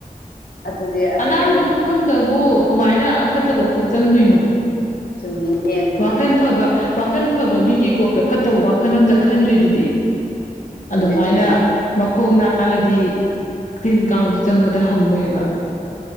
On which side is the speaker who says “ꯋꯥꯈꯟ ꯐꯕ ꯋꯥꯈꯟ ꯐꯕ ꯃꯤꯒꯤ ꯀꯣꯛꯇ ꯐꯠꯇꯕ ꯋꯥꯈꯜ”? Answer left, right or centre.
Left